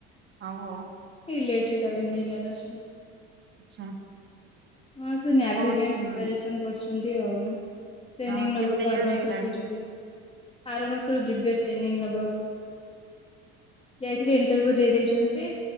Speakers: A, on the right; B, on the left.
A: ଓହୋ।
B: ଇଲେକ୍ଟ୍ରିକାଲ ଇଞଜିନିୟର ଅଛନ୍ତି।
A: ଆଚ୍ଛା।
B: ହଁ ସେ ନ୍ୟାଭି
A: କୋଉ
B: ପାଇଁ
A: ହୁଁ
B: ପିପାରେସନ କରୁଛି। ସେମିତି ଆଉ ଟ୍ରେନିଂ
A: ହଁ
B: ନବାକୁ
A: କେତେ ଇୟର
B: ଆର ମାସରୁ
A: ହେଇଗଲାଣି?
B: ଯିବେ ଆର ମାସରୁ ଯିବେ ଟ୍ରେନିଂ ନବାକୁ ଯାଇଥିଲେି ଇଣ୍ଟରଭିୁ ଦେଇ ଦେଇେଇଛନ୍ତି